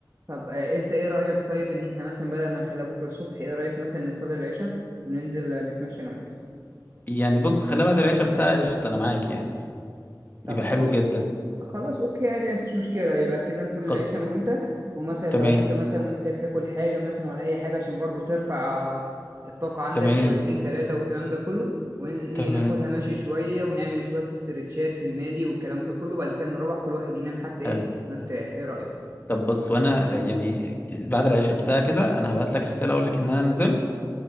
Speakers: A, on the right; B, on the left.
A: طب آه، انت ايه رأيك طيب ان احنا مثلا بدل ما نخليها بكرة الصبح ايه رأيك مثلا نصلي العشاء وننزل آه، نتمشى انا وانت
B: يعني بص خليها بعد العشاء بساعة قشطة انا معاك يعني
A: طب
B: يبقى حلو
A: خلاص
B: جدا
A: اوكي خلاص اوكي عادي مفيش مشكلة يبقى كده نصلي العشاء
B: خلاص
A: انا وانت ومثلا
B: تمام
A: لو انت مثلا محتاج تاكل حاجة مثلا ولا اي حاجة عشان برضو ترفع آه، الطاقة عندك
B: تمام
A: شويتين تلاتة والكلام ده كله وننزل ايه
B: تمام
A: ناخدها ماشي شوية ونعمل شوية استرتشات في النادي والكلام ده كله وبعد كده نروح كل واحد ينام حتى ايه
B: حلو
A: مرتاح ايه رأيك
B: طب بص وانا يعني بعد العشاء بساعة كده انا هبعت لك رسالة اقول لك ان انا نزلت